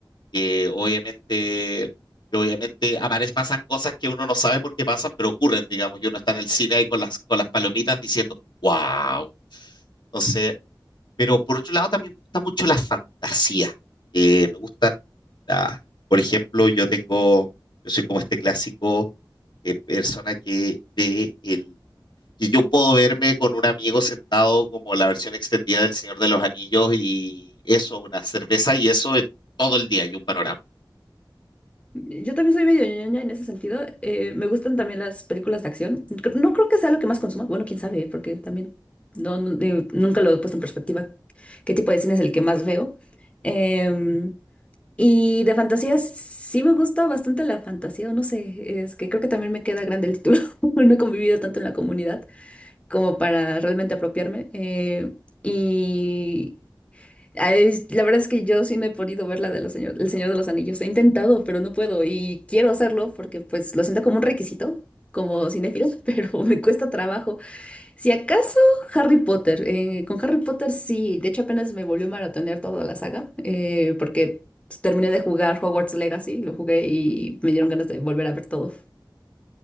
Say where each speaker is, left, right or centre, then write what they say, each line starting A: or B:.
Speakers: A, on the left; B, on the left.
A: que obviamente, que obviamente aparecen, pasan cosas que uno no sabe por qué pasan, pero ocurren, digamos, y uno está en el cine ahí con las, con las palomitas diciendo, wow. Entonces, pero por otro lado también me gusta mucho la fantasía. Eh, me gustan, la- por ejemplo, yo tengo, yo soy como este clásico eh, persona que de el que yo puedo verme con un amigo sentado como la versión extendida del Señor de los Anillos y eso, una cerveza y eso es todo el día y un panorama.
B: Yo también soy medio ñoña en ese sentido. Eh, me gustan también las películas de acción. Cre- No creo que sea lo que más consumo. Bueno, quién sabe, porque también no, no- de- nunca lo he puesto en perspectiva. ¿Qué tipo de cine es el que más veo? Em, y de fantasía sí me gusta bastante la fantasía, o no sé, es que creo que también me queda grande el título. <laughs> No he convivido tanto en la comunidad como para realmente apropiarme. Eh, y Ah, es- La verdad es que yo sí no he podido ver la de los señor, El Señor de los Anillos. He intentado, pero no puedo. Y quiero hacerlo porque pues lo siento como un requisito, como cinéfilo, <laughs> pero me cuesta trabajo. Si acaso Harry Potter, eh, con Harry Potter sí. De hecho apenas me volvió a maratonear toda la saga eh, porque terminé de jugar Hogwarts Legacy, lo jugué y me dieron ganas de volver a ver todo.